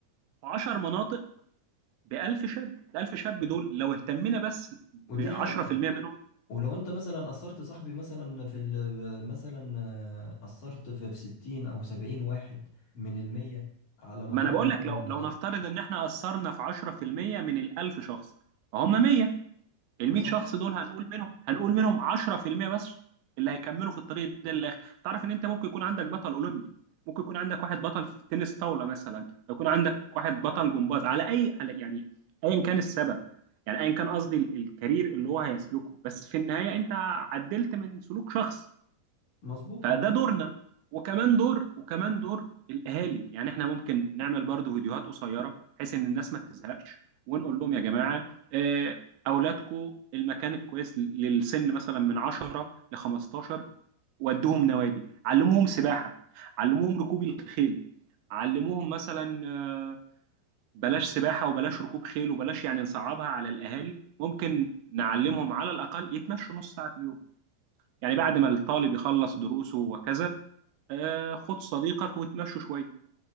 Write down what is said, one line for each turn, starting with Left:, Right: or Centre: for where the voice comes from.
Right: في 10 مناطق ب 1000 شاب ال 1000 شاب دول لو اهتمينا بس ب
Left: ودي
Right: 10%
Left: حقيقة
Right: منهم
Left: ولو انت مثلا اثرت صاحبي مثلا في ال... مثلا آه، اثرت في في 60 او 70 واحد من المية على مدار
Right: ما انا بقول
Left: مثلا
Right: لك لو
Left: مدار
Right: لو نفترض ان احنا اثرنا في 10% من ال 1000 شخص فهم 100 ال
Left: ما-
Right: 100
Left: صحيح
Right: شخص دول هنقول منهم هنقول منهم 10% بس اللي هيكملوا في الطريق ده للاخر تعرف ان انت ممكن يكون عندك بطل اولمبي ممكن يكون عندك واحد بطل في تنس طاوله مثلا يكون عندك واحد بطل جمباز على اي على يعني ايا كان السبب يعني ايا كان قصدي ال- الكارير اللي هو هيسلكه بس في النهايه انت عدلت من سلوك شخص
Left: مظبوط
Right: فده
Left: مظبوط
Right: دورنا وكمان دور وكمان دور الاهالي يعني احنا ممكن نعمل برضو فيديوهات قصيره بحيث ان الناس ما تزهقش ونقول لهم يا جماعه آه، اولادكم المكان الكويس للسن مثلا من 10 ل 15 ودوهم نوادي علموهم سباحه علموهم ركوب الخيل علموهم مثلا آه، بلاش سباحه وبلاش ركوب خيل وبلاش يعني نصعبها على الاهالي ممكن نعلمهم على الاقل يتمشوا نص ساعه في اليوم يعني بعد ما الطالب يخلص دروسه وكذا آه خد صديقك وتمشوا شويه